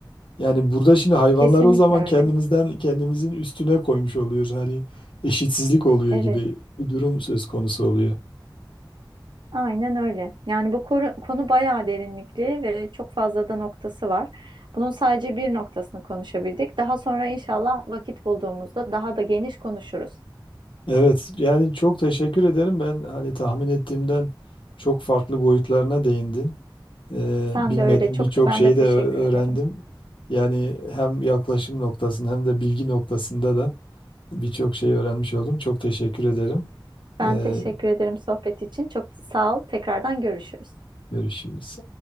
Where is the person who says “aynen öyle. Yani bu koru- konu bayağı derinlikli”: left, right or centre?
Right